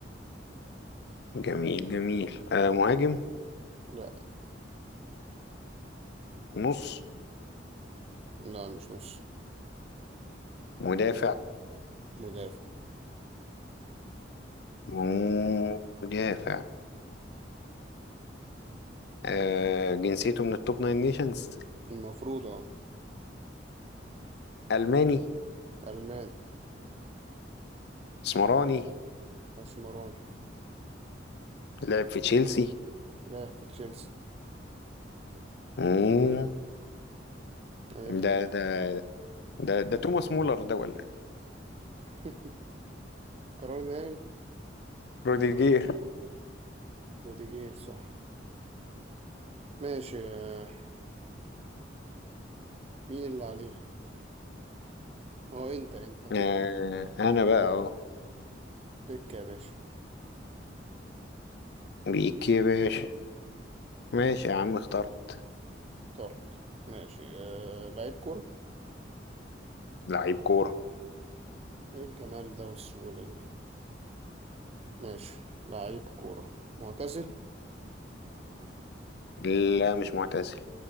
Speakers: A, on the left; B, on the right.
A: جميل جميل آه مهاجم
B: لا
A: نص
B: لا مش نص
A: مدافع
B: مدافع
A: مم، مدافع آه جنسيته من التوب ناين نيشنز
B: المفروض اه
A: الماني
B: ألماني
A: اسمراني
B: أسمراني
A: لعب في تشيلسي
B: لاعب في تشيلسي
A: مم،
B: أيوة.
A: ده ده ده ده توماس مولر ده ولا ايه
B: <laughs> قرار نهائي
A: روديجير
B: روديجير صح ماشي آه، مين اللي عليه اه انت انت بك
A: آه انا بقى اهو
B: بك يا باشا
A: بيك يا باشا ماشي يا عم اخترت
B: اخترت ماشي آه، لعيب كورة
A: لعيب كورة
B: ايه الجمال ده والسهولة دي ماشي لعيب كورة معتزل
A: لا مش معتزل